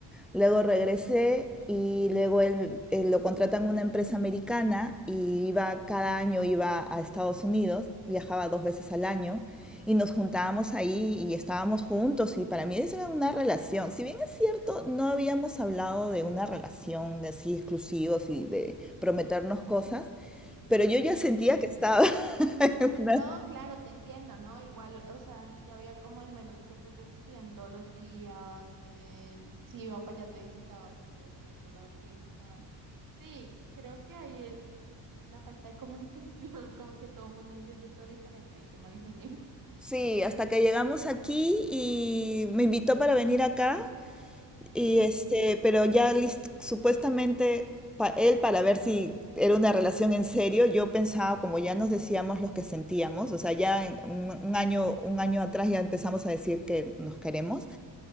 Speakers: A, in the centre; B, on the right.
A: Luego regresé y luego él, él lo contratan en una empresa americana y iba cada año iba a Estados Unidos, viajaba dos veces al año y nos juntábamos ahí y estábamos juntos y para mí eso era una relación. Si bien es cierto, no habíamos hablado de una relación de así exclusivos y de prometernos cosas, pero yo ya sentía
B: Eh,
A: que estaba <laughs> en una-
B: No, claro, te entiendo, ¿no? Igual, o sea, si había como al menos, yo creo que se escribían todos los días, eh, si iba para allá te visitaban, si tú ibas para el otro lado se visitaban. Sí, creo que ahí es la falta de comunicación, <laughs> como que todo el mundo entiende todo diferente, qué mal genio.
A: Sí, hasta que llegamos aquí y me invitó para venir acá Y
B: Ujú.
A: este, pero ya lis- supuestamente pa- él para ver si era una relación en serio, yo pensaba como ya nos decíamos los que sentíamos, o sea, ya en un, un año, un año atrás ya empezamos a decir que nos queremos